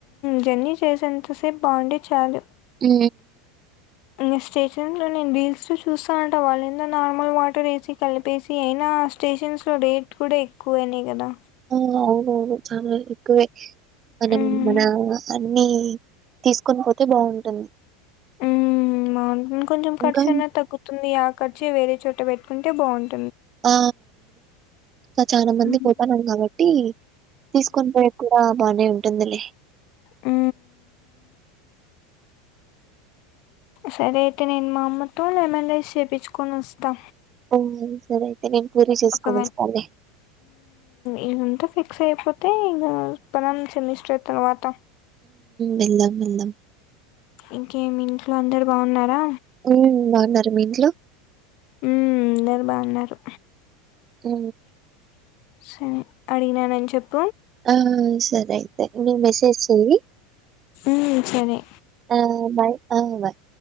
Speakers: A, on the left; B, on the right.
A: జర్నీ చేసేంత సేపు బాగుండే చాలు
B: అ
A: ఇంకా స్టేషన్స్ లో నేను రీల్స్ త చూస్తానంట వాళ్ళుందో నార్మల్ వాటర్ వేసి కలిపేసి అయినా స్టేషన్స్లో రేట్ కూడా ఎక్కువయినాయి కదా
B: ఆ అవునవును చాలా ఎక్కువే మనం
A: హ్మ్.
B: మన అన్ని తీసుకొని పోతే బాగుంటుంది
A: ఉ బాగుంటు కొంచెం ఖర్చు
B: ఇంకా
A: అయి తగ్గుతుంది ఆ ఖర్చే వేరే చోట పెట్టుకుంటే బాగుంటుంది
B: ఆ సో చాలా మంది
A: హ్మ్.
B: పోతున్నాం కాబట్టి తీసుకొని పోయది కూడా బానే ఉంటుందిలే
A: ఉ సరే అయితే నేను మా అమ్మతోలమన్ఐస్ చేయించుకొని వస్తా
B: ఓ సరే నేను పూరి చేసుకొనొస్తాలే.
A: ఒకవేళ ఇదింటా ఫిక్ స అయిపోతే ఇం పదం సెమిస్టర్ తర్వాత
B: వెళ్దం వెల్ందం
A: ఇంకేమి ఇంట్లో అందరు బాగున్నారా
B: హ్మ్. బావున్నారా మీ ఇంట్లో?
A: ఉ అందరు బాగున్నారు
B: అ
A: సరే అడిగిననని చెప్
B: ఆ సర అయితే మీ మెసేజ్ చేయి
A: మ్మ్ సరే
B: ఆ బాయ్ ఆ బాయ్